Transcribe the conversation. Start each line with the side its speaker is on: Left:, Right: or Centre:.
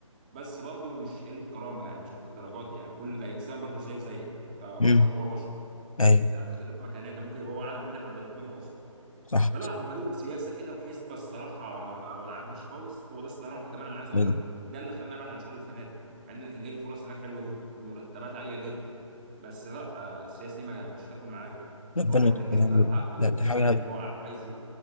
Right: بس برضه مش قله كرامه يعني مش للدرجات دي يعني كل ده انسان برضه زيه زيك انت بشر
Left: مم.
Right: هو بشر
Left: أيوه
Right: ده اختلاف مكانات يعني ممكن يبقى هو اعلى منك عند ربنا اصلا
Left: صح
Right: فلا هم ليهم سياسه كده وحسبه الصراحه ما ما بدعمهاش خالص هو ده الصراحه كمان انا عايز اقول
Left: مم.
Right: لك ده اللي خلاني ابعد عن شغل الفنادق مع ان أنا كان جاي لي فرص هناك حلوه جدا ومرتبات عاليه جدا بس لا آه، السياسه دي ما ما كانتش تاكل معايا
Left: ربنا
Right: حوار
Left: يستر.
Right: ان الجست على حقه
Left: لا
Right: والجست
Left: ده حاجة
Right: يعمل اللي هو عايزه